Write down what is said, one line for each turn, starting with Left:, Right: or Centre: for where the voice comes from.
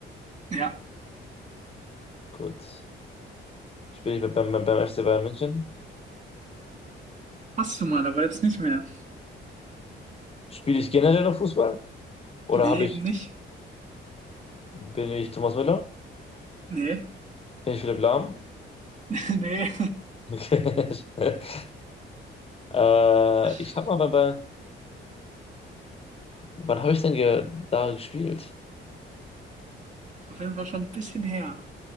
Right: ja.
Left: Gut. Spiele ich beim, beim, beim FC Bayern München?
Right: Hast du mal, aber jetzt nicht mehr.
Left: Spiele ich generell noch Fußball? Oder
Right: Nee,
Left: habe
Right: eben
Left: ich,
Right: nicht.
Left: bin ich Thomas Müller?
Right: Nee,
Left: Bin ich Philipp Lahm?
Right: <laughs> nee.
Left: Okay. <laughs> Äh,
Right: Ist
Left: ich habe mal bei, bei wann habe ich denn ge da gespielt?
Right: auf jeden Fall schon ein bisschen her.